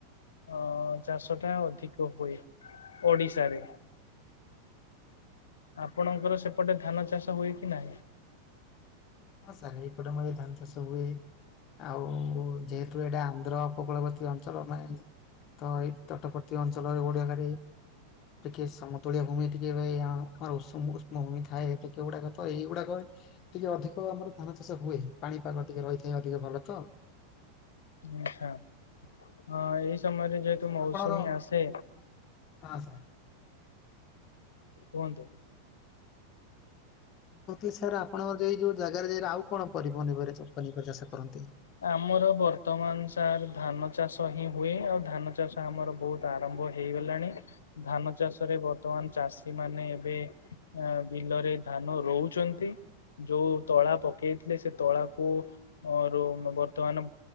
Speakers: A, on the left; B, on the left.
A: ଅ ଚାଷଟା ଅଧିକ ହୁଏ, ଓଡିଶାରେ। ଆପଣଙ୍କର ସେପଟେ ଧାନ ଚାଷ ହୁଏ କି ନାହିଁ?
B: ହଁ ସାର୍ ଏଇପଟେ ମଧ୍ୟ ଧାନ ଚାଷ ହୁଏ, ଆଉ ଯେ ତୁ ଏଇଟା ଆନ୍ଧ୍ର ଉପକୂଳବର୍ତ୍ତୀ ଅଞ୍ଚଳ, ମାନେ ତ ଏଇ ତଟବର୍ତ୍ତୀ ଅଞ୍ଚଳ ଓଡିଆ ଘରେ ଟିକେ ସମତୁଳିଆ ଭୂମି ଟିକେ ଭାଇ ଆମର ଉଷ୍ମ ଉଷ୍ମ ଭୂମି ଥାଏ, ଟିକେ ଏଇ ଗୁଡାକ ତ ଏଇଗୁଡାକ ଟିକେ ଅଧିକ ଆମର ଧାନ ଚାଷ ହୁଏ, ପାଣିପାଗ ଟିକେ ରହିଥାଏ ଅଧିକ ଭଲ ତ।
A: ଆଛା, ଅ ଏଇ ସମୟରେ ଯେହେତୁ
B: ଆଉ ସାର୍
A: ମୌସୁମୀ
B: ଆପଣର
A: ଆସେ।
B: ହଁ ସାର୍।
A: କୁହନ୍ତୁ।
B: ଅଙ୍କିତ୍ ସାର୍ ଆପଣ ଯାଇ ଯୋଉ ଜାଗାରେ ଯାଇର ଆଉ କଣ <unintelligible> ପନିିପରିବା ଚାଷ କରନ୍ତି?
A: ଆମର ବର୍ତ୍ତମାନ ସାର୍ ଧାନ ଚାଷ ହିଁ ହୁଏ, ଆଉ ଧାନ ଚାଷ ଆମର ବହୁତ ଆରମ୍ଭ ହେଇଗଲାଣି, ଧାନ ଚାଷରେ ବର୍ତ୍ତମାନ ଚାଷୀ ମାନେ ଏବେ ଆ ବିଲରେ ଧାନ ରୋଉଛନ୍ତି। ଯୋଉ ତଳା ପକେଇଥିଲେ, ସେ ତଳାକୁ ଅ ରୁମ୍, ବର୍ତ୍ତମାନ